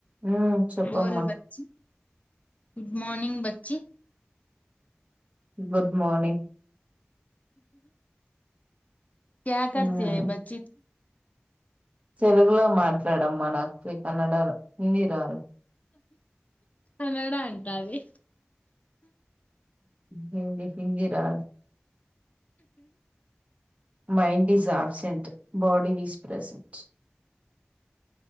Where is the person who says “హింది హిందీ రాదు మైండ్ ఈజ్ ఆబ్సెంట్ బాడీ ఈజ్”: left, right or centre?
Right